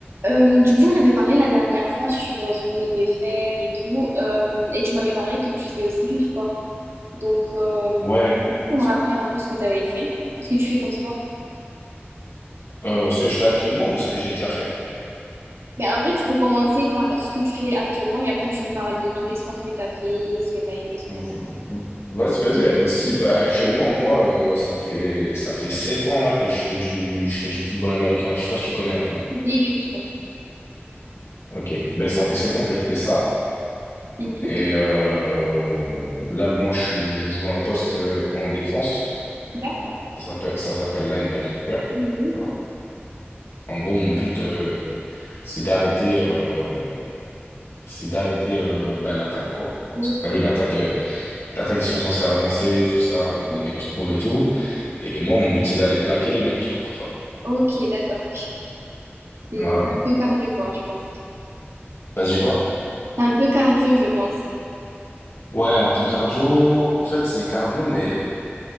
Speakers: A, on the right (about 80°); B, on the left (about 75°).
A: Euh, du coup, on avait parlé la dernière fois sur euh, ce qu'on aimait faire et tout, euh, et tu m'avais parlé que tu faisais aussi du sport. Donc, euh,
B: Ouais,
A: on me rappeler un peu ce que tu avais fait, ce que tu fais comme sport.
B: euh, ce que je fais actuellement ou ce que j'ai déjà fait?
A: Mais en vrai, tu peux commencer par ce que tu fais actuellement et après, tu me parles de tous les sports que tu as fait, ce que tu as aimé, ce que
B: V-
A: tu pas aimé.
B: Vas-y, vas-y, y a pas de souci. Bah, actuellement, moi, euh, ça fait ça fait sept ans là que je fais du je fais du football américain. Je sais pas si tu connais un peu.
A: Oui, oui, oui, je connais.
B: Ok. Ben ça fait sept ans que je fais ça.
A: Mhm.
B: Et euh, là, moi, je suis- je joue un poste euh, en défense.
A: D'accord.
B: Ça s'appelle ça s'appelle linebacker.
A: Mhm.
B: Voilà. En gros, mon but euh, c'est d'arrêter euh, c'est d'arrêter euh, bah, l'attaque quoi.
A: Oui,
B: Parce que T'as vu l'attaque. euh, L'attaque, ils sont censés avancer, tout ça, avec
A: oui.
B: des mecs qui courent et tout. Et moi, mon but, c'est d'aller plaquer les mecs qui courent, tu vois.
A: Ok, d'accord. C'est c'est
B: Voilà.
A: un peu cardio, quoi, je pense.
B: T'as dit quoi?
A: C'est un peu cardio, je pense.
B: Ouais, un peu cardio. En fait, c'est cardio, mais